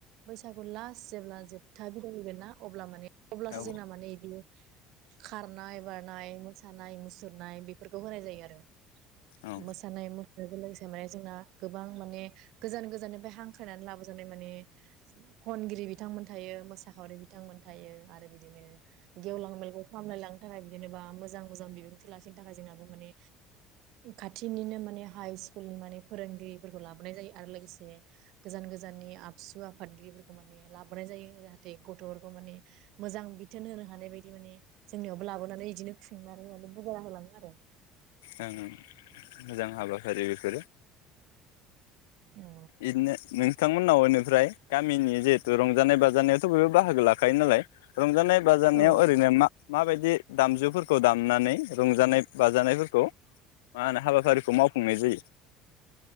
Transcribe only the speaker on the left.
औ
औ
ओं ओं मोजां हाबाफारि बेफोरो
बिदिनो नोंथांमोननावनो फ्राय गामिनि जिहेतु रंजानाय बाजानायावथ बयबो बाहागो लाखायो नालाय रंजानाय बाजानायाव
ओरैनो मा माबायदि दामजुफोरखौ दामनानै रंजानाय बाजानायफोरखौ मा होनो हाबाफारिखौ मावफुंनाय जायो?